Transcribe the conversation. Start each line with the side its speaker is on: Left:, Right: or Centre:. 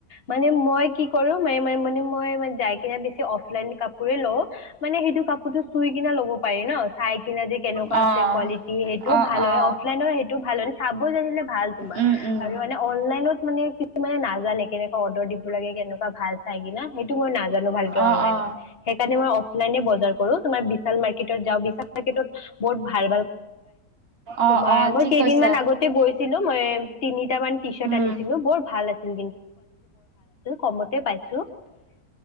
Left: মানে মই কি কৰো ম ম মই যাই কিনে বেছি অফলাইন কাপোৰে লও মানে সেইটো কাপোৰতটো চুই কি লব পাৰি ন চাই না যে কেনেকুৱা
Right: অ
Left: আছে। কোৱালিটি সেইটো
Right: অ
Left: ভাল
Right: অ
Left: হয় অফলাইনৰ সেইটো ভাল হয় চাব জানিলে ভাল তুমাৰ
Right: উম উম
Left: আৰু মানে অনলাইনত মানে কিছু ন। কেনেুৱা অৰ্ডাৰ দিব লাগে কেনেকুৱা ভাল চাই কিা সেইটো মই নাজানো। ভাল কে
Right: অ
Left: কৰিব
Right: অ
Left: সেইকাৰনে মই অনলাইনত নে বজাৰ কৰো তোাৰ বিশাল মাৰ্কেটত যাও বিশ ম্কেটত বহত ভাল তোমাৰ
Right: অ অ
Left: মই
Right: ঠিক
Left: কেইদিনমানান
Right: কৈছা
Left: আগতে গৈছিলো মই তিনি কটামান টি চাৰ্
Right: উম
Left: আনিছিলো বৰ ভাল আছিল কিন্তু ভ